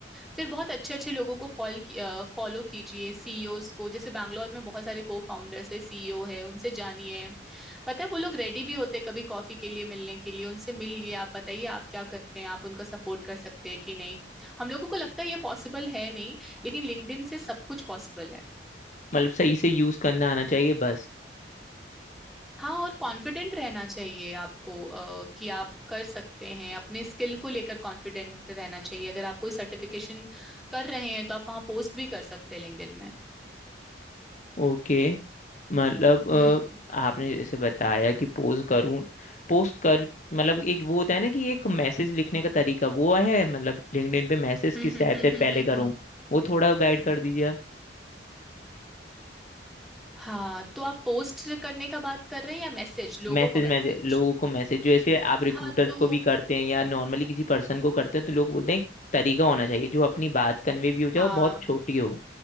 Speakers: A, in the centre; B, on the left (about 40°).
A: फिर बहुत अच्छे अच्छे लोगों को फॉल फॉलो कीजिए सीईओज को जैसे बैंगलोर में बहुत सारे को फाउंडर्स है सीईओ है उनसे जानिए पता है वो लोग रेडी भी होते हैं कभी कॉफी के लिए मिलने के लिए उनसे मिलिए आप बताइए आप क्या करते हैं आप उनका सपोर्ट कर सकते हैं कि नहीं हम लोगों को लगता है ये पॉसिबल है नहीं लेकिन लिंक्डइन से सब कुछ पॉसिबल है
B: मतलब सही से यूज़ करना आना चाहिए बस
A: हाँ और कॉन्फिडेंट रहना चाहिए आपको अ, कि आप कर सकते हैं अपने स्किल को लेकर कॉन्फिडेंट रहना चाहिए अगर आप कोई सर्टिफिकेशन कर रहे हैं तो आप वहाँ पोस्ट भी कर सकते हैं लिंक्डइन में
B: ओके मतलब
A: हम्म
B: अ, आपने जैसे बताया कि पोस्ट करूं पोस्ट कर मतलब एक वो होता है ना कि एक मैसेज लिखने का तरीका वो है मतलब लिंक्डइन पे मैसेज
A: हम्म
B: किस
A: हम्म
B: टाइप
A: हम्म
B: से पहले
A: हम्म हम्म,
B: करूं
A: हम्म।
B: वो थोड़ा गाइड कर दीजिए आप।
A: हाँ तो आप पोस्ट करने का बात कर रहे हैं या मैसेज लोगों
B: मैसेज
A: को मैसेज
B: मैसेज लोगों को मैसेज जैसे आप रिक्रूटर्स
A: हाँ तो
B: को भी करते हैं या नॉर्मली किसी पर्सन को करते हैं तो लोग बोलते हैं एक तरीका होना चाहिए जो अपनी बात कन्वे भी हो जाए
A: हाँ
B: और बहुत छोटी हो